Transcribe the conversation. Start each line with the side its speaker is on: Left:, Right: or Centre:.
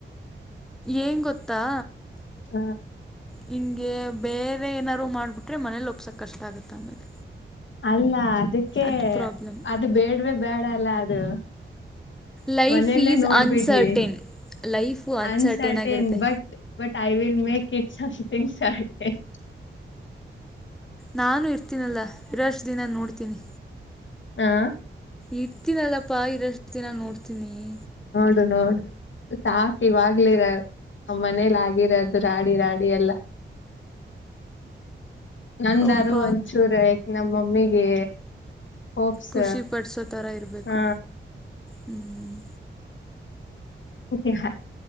Centre: ಏನ್ ಗತ್ತಾ
Left: ಹಾ
Centre: ಹಿಂಗೆ ಬೇರೆ ಏನಾರರು ಮಾಡ್ಬಿಟ್ರೆ ಮನೇಲಿ ಒಪ್ಸಕ್ ಕಷ್ಟ ಆಗತ್ತ ಆಮೇಲೆ
Left: ಅಲ್ಲ ಅದಕ್ಕೆ
Centre: ಅದು ಪ್ರಾಬ್ಲಮ್
Left: ಅದು ಬೇಡ್ವ ಬೇಡ ಅಲ್ಲ ಅದು
Centre: ಲೈಫ್
Left: ಮನೇಲ್ಲೇ
Centre: ಈಸ್
Left: ನೋಡ್ಬಿಡ್ಲಿ
Centre: ಅನ್ಸರ್ಟೈನ್ ಲೈಫು ಅನ್ಸರ್ಟೈನ್
Left: ಅನ್ಸರ್ಟೇನ್
Centre: ಆಗಿರುತ್ತೆ
Left: but but I will make it something started
Centre: ನಾನು ಇರ್ತೀನಲ್ಲಾ ಇರಷ್ಟ ದಿನ ನೋಡ್ತೀನಿ
Left: ಹಾ
Centre: ಇತ್ತಿನಲ್ಲಪ್ಪಾ ಇದರಷ್ಟ ದಿನ ನೋಡ್ತೀನಿ
Left: ರೋನಾಲ್ಡ್ ಸಾಕ ಇವಾಗ್ಲಿರ ನಮ್ಮ ಮನೇಲಿ ಆಗಿರೋದು ರಾಡಿ ರಾಡಿ ಎಲ್ಲ ನಂದಾರು
Centre: ಅಪ್ಪ
Left: ಒಂಚೂರಕ್ ನಮ್ಮ ಮಮ್ಮಿಗೆ ಹೋಪ್ಸ್
Centre: ಖುಷಿ ಪಡ್ಸೋ ತರ ಇರ್ಬೇಕು
Left: ಹ
Centre: ಹ್ಮ್
Left: ್